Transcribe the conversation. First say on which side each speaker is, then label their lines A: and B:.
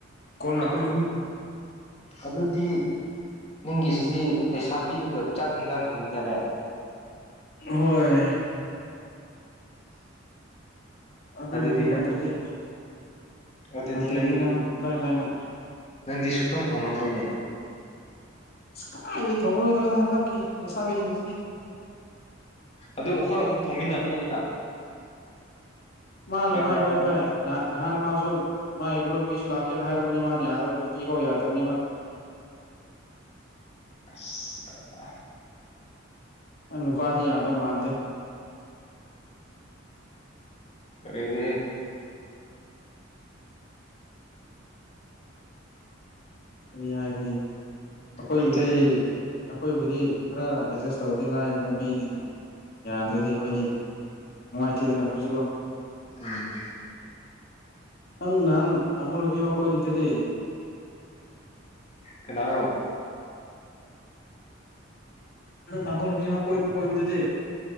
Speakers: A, on the left (about 55°); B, on the left (about 35°).
A: ꯀꯣꯜ ꯂꯥꯛꯄ
B: ꯑꯗꯨꯗꯤ ꯑꯗꯨꯗꯤ ꯅꯤꯡꯪꯒꯤꯁꯤꯗꯤ ꯂꯩꯁꯥꯕꯤꯗꯨꯒ ꯆꯥꯛ ꯌꯦꯟꯖꯥꯡ ꯊꯣꯡꯃꯤꯟꯅꯔꯦ
A: ꯍꯣꯏ ꯑꯗꯨꯗ
B: ꯑꯗꯨꯗꯤ
A: ꯅꯤ
B: ꯅꯪ
A: ꯅꯠꯇ꯭ꯔꯗꯤ
B: ꯑꯗꯨꯗꯤ
A: ꯅꯠꯇ꯭ꯔꯗꯤꯅ
B: ꯅꯪꯗꯤ
A: ꯂꯩꯥꯏ ꯂꯩꯥꯏꯅ
B: ꯅꯪꯗꯤ ꯁꯨꯛꯇꯣꯡ ꯊꯣꯉꯝꯃꯣꯏꯅꯦ
A: ꯑ ꯀꯥꯏꯗꯒꯤꯦ ꯊꯣꯡꯅꯣꯏꯗ꯭ꯔꯣꯅ ꯍꯟꯇꯛꯀꯤ ꯂꯩꯁꯥꯕꯤꯁꯤꯡꯁꯤꯗꯤ
B: ꯑꯗꯨ ꯑꯩꯈꯣꯏ ꯑꯍꯨꯝ ꯊꯣꯡꯃꯤꯟꯅꯕ ꯌꯥꯏꯅ
A: ꯃꯥ
B: ꯐꯔꯛ
A: ꯅꯉꯥꯏ
B: ꯇꯥꯕ꯭ꯔꯣ
A: ꯔꯣꯏꯕꯥꯏ ꯅꯍ ꯅꯍꯥꯟ ꯃꯥꯁꯨ ꯃꯥꯕꯨ ꯤꯁꯨ ꯂꯥꯛꯀꯦꯅ ꯍꯥꯏꯔꯕꯝꯅꯤ ꯃꯥꯅ ꯌꯥꯗ꯭ꯔꯕ ꯅꯨꯄꯤ ꯐꯥꯎ ꯌꯥꯗꯕꯅꯤ ꯃꯥ
B: ꯑ
A: ꯑꯅ ꯅꯨꯄꯥꯥꯗꯤ ꯌꯥꯗꯣ ꯃꯥꯗ
B: ꯑꯣꯏꯔꯦ
A: ꯀ ꯌꯥꯏ ꯀꯅꯤ ꯑꯩꯈꯣꯏꯕꯨꯗꯤ
B: ꯀꯤꯠꯆꯟ
A: ꯑꯩꯈꯣꯏꯕꯨꯗꯤ ꯈꯔ ꯑꯦꯗꯖꯁ ꯇꯧꯕꯗꯤ ꯂꯥꯏꯗ ꯅꯨꯄꯤꯁꯤꯅ ꯌꯥꯗ꯭ꯔꯗꯤ ꯑꯩꯈꯣꯏꯗꯤ ꯅꯨꯡꯉꯥꯏꯇꯦꯗꯅꯄꯁꯨꯀꯣ
B: ꯎꯝ
A: ꯑꯪ ꯅꯍꯥꯟ ꯄꯜ ꯕꯤꯃ ꯀꯗꯇꯗ
B: ꯀꯅꯥꯔꯣ
A: ꯅꯪ ꯊꯥꯡꯒꯣꯜ ꯅꯨꯁꯤꯃ ꯀꯣꯏ ꯀꯣꯏꯕꯗꯨꯗꯤ